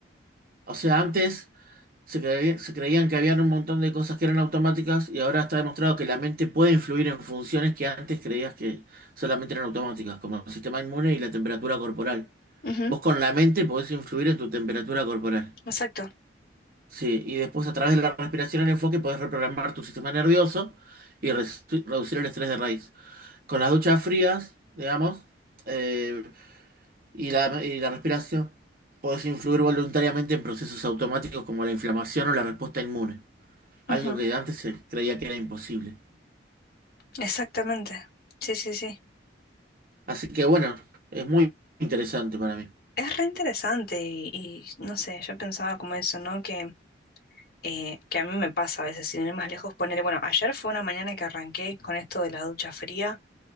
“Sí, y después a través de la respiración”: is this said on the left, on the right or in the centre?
Right